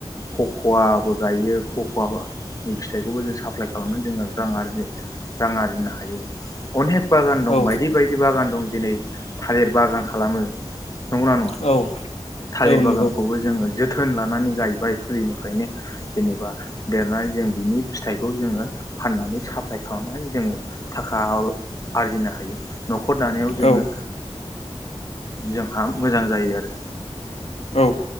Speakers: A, on the left; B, on the left.
A: खख'आबो। गायो खख'वा <unintelligible> फिथाइखौबो जों साप्लाय खालामना जोङो रां आरजि रां आरजिनो हायो अनेक बागान दं
B: औ
A: बायदि बायदि बागान दं दिनै थालिर बागान खालामो। नंगौना नङा
B: औ
A: थालिर
B: औ नंगौ
A: बागानखौबो जोङो जोब थोन लानानै गायबाय फुलिनिफ्रायनो। जेनेबा देरनानै जों बिनि फिथाइखौ जोङो फाननानै साप्लाइ खालामनानै जोङो थाखा खौ आरजिनो हायो। न'खर दानायाव जोङो
B: औ
A: जोंहा मोजां जायो आरो
B: औ